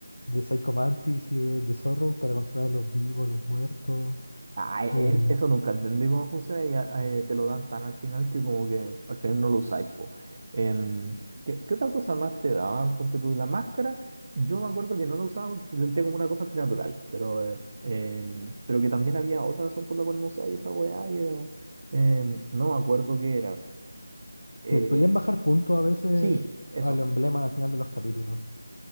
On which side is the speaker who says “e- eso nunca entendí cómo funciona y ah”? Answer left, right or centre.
Right